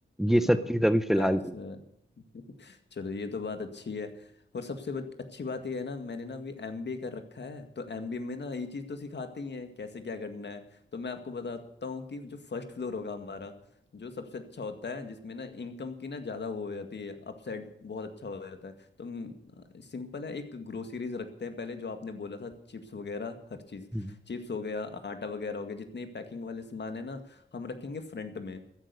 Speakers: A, on the left; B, in the centre.
A: चलो
B: ये सब चीज अभी फिलहाल
A: ऐसा
B: के
A: <laughs> चलो ये तो बात अच्छी है और सबसे बत, अच्छी बात ये है ना मैंने ना अभी एमबीए कर रखा है तो एमबीए में ना ये चीज़ तो सिखाते ही हैं कैसे क्या करना है तो मैं आपको बताता हूँ कि जो फर्स्ट फ्लोर होगा हमारा जो सबसे अच्छा होता है जिसमें ना इनकम की ना ज़्यादा वो हो जाती है अपसाइड बहुत अच्छा हो जाता है तो सिंपल है एक ग्रोसरीज रखते हैं पहले जो आपने बोला था चिप्स वगैरह हर चीज़
B: लिए।
A: चिप्स हो गया आटा वगैरह हो गया जितने पैकिंग वाले सामान है ना हम रखेंगे फ्रंट में